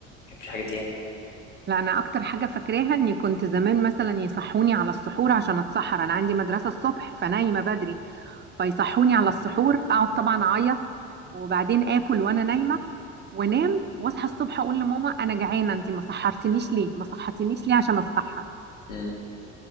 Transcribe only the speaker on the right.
لا انا اكتر حاجه فاكراها اني كنت زمان مثلا يصحوني على السحور عشان اتسحر انا عندي مدرسه الصبح فنايمه بدري فيصحوني على السحور اقعد طبعا اعيط وبعدين اكل وانا نايمه وانام واصحى الصبح اقول لماما انا جعانه انت ما سحرتنيش ليه ما صحتنيش ليه عشان اتسحر